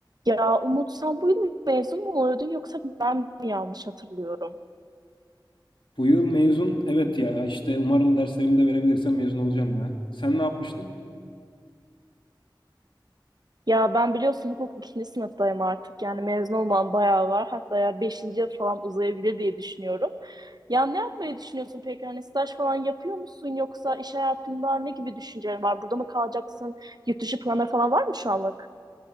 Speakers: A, on the right; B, on the left.
A: Ya Umut sen bu yıl mezun mu oluyordun yoksa ben mi yanlış hatırlıyorum?
B: Bu yıl mezun evet ya işte umarım derslerimi de verebilirsem mezun olacağım ya. Sen ne yapmıştın?
A: Ya ben biliyorsun hukuk ikinci sınıftayım artık. Yani mezun olmam bayağı var. Hatta ya beşinci yıl falan uzayabilir diye düşünüyorum. Ya ne yapmayı düşünüyorsun peki? Hani staj falan yapıyor musun yoksa iş hayatında ne gibi düşüncelerin var? Burada mı kalacaksın? Yurt dışı planları falan var mı şu an?